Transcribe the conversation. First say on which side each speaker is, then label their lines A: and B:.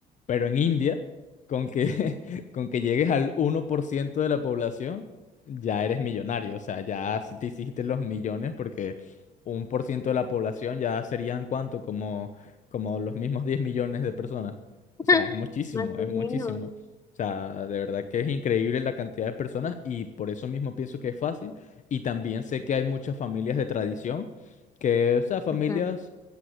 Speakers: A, on the left; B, on the left.
A: Pero en India, con que, <laughs> con que llegues al uno por ciento de la población, ya eres millonario. O sea, ya si te hiciste los millones, porque un por ciento de la población ya serían cuánto, como como los mismos 10 millones de personas.
B: <laughs>
A: O sea, es muchísimo,
B: Más o
A: es muchísimo.
B: menos.
A: O sea, de verdad que es increíble la cantidad de personas y por eso mismo pienso que es fácil. Y también sé que hay muchas familias de tradición, que, o sea, familias
B: Ujú.